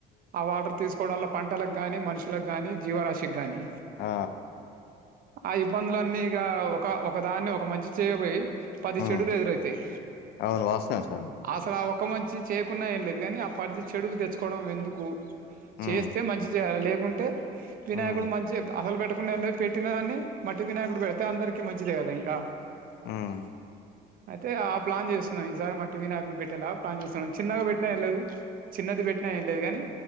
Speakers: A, on the right; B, on the left.
A: ఆ వాటర్ తీస్ కోడంలో పంటల గాని మనుషుల గానీ జీవరాశిగ్గాని
B: ఆ
A: ఆ ఇబ్బందులన్నీ ఇగా ఒక ఒక దాన్ని ఒక మంచి చేయబోయి పది
B: ఉమ్
A: చెడులు ఎదురైతయ్
B: అవును వాస్తవం సార్
A: అసల ఆ ఒక్క మంచి చేయకున్నా ఏం లేదు కానీ ఆ పది చెడులు తెచ్చుకోడం ఎందుకు చేస్తే
B: ఉమ్
A: మంచి చేయాలె లేకుంటే వినాయకుడు
B: ఉమ్
A: మంచి అసలు పెట్టకున్నె లే పెట్టిన గాని మట్టి వినాయకుడు పెడితే అందరికి మంచిదే గదా ఇంకా
B: హ్మ్
A: అయితే ఆ ప్లాన్ చేస్తున్నాం ఈసారి మట్టి వినాయకుడిని పెట్టేలా ప్లాన్ చేస్తున్నాం చిన్నగా పెట్టినా ఏం లేదు చిన్నది పెట్టిన ఏం లేదు గాని